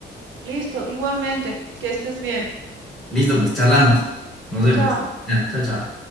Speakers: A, on the right; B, in the centre.
A: Listo, igualmente. Que estés bien.
B: Listo, pues charlamos. Nos vemos.
A: Chao.
B: Ya, chao, chao.